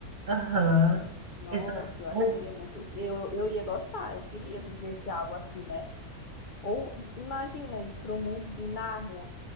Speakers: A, on the right; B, on the left.
A: Aham.
B: Nossa,
A: Exa-
B: eu acho
A: Ou,
B: que seria muito. Eu, eu ia gostar, eu queria viver esse algo assim, né? Ou imagina ir para o mundo de Nárnia.